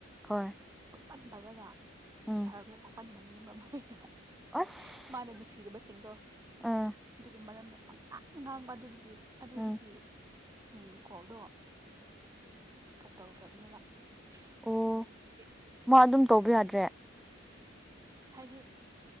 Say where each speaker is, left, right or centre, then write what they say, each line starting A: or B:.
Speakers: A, in the centre; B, on the right (about 15°).
A: ꯍꯣꯏ꯫
B: <unintelligible> <unintelligible> <unintelligible>
A: ꯎꯝ ꯑꯁ
B: ꯃꯥꯅ ꯅꯨꯡꯁꯤꯗꯕꯁꯤꯡꯗꯣ
A: ꯑꯥ
B: ꯑꯗꯨꯖꯨ ꯃꯔꯝ ꯂꯩ꯫ ꯄꯡꯉꯥꯡꯥꯇ ꯉꯥꯡꯕ ꯑꯗꯨꯗꯨꯒꯤ ꯑꯗꯨꯗꯒꯤ
A: ꯎꯝ
B: ꯎꯝ꯫ ꯀꯣꯜꯗꯣ ꯈꯔ ꯇꯧꯈ꯭ꯔꯕꯅꯦꯕ
A: ꯑꯣ
B: ꯅꯣꯛꯅꯤꯡꯕꯁꯤꯗꯤ
A: ꯃꯥ ꯑꯗꯨꯝ ꯇꯧꯕ ꯌꯥꯗ꯭ꯔꯦ꯫
B: ꯍꯥꯏꯗꯤ